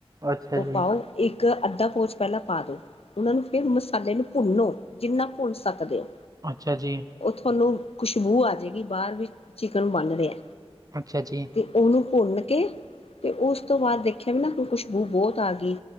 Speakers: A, on the right; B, on the left.
A: ਅੱਛਾ
B: ਓ
A: ਜੀ
B: ਪਾਓ। ਇੱਕ ਅੱਧਾ ਪਊਚ ਪੈਲਾਂ ਪਾ ਦੋ ਉਹਨਾਂ ਨੂੰ ਫਿਰ ਮਸਾਲੇ ਨੂੰ ਭੁੰਨੋ। ਜਿੰਨਾ ਕ ਭੁੰਨ ਸਕਦੇ ਹੋ
A: ਅੱਛਾ ਜੀ
B: ਓ ਥੋਨੂੰ ਖੁਸ਼ਬੂ ਆ ਅਜੇ ਕੀ ਬਾਰ ਵੀ ਚਿਕਨ ਬਣ ਰਿਆ
A: ਅੱਛਾ ਜੀ
B: ਤੀ ਓਨੂੰ ਭੁੰਨ ਕੇ ਤੇ ਉਸ ਤੋਂ ਬਾਦ ਦੇਖਿਓ ਵੀ ਨਾ ਖੁਸ਼ਬੂ ਬੋਤ ਆਗੀ।